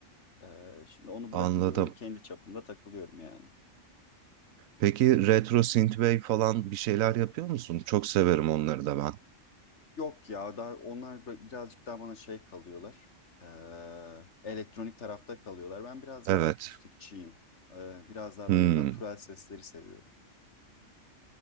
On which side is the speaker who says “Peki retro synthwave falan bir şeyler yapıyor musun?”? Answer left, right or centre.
Right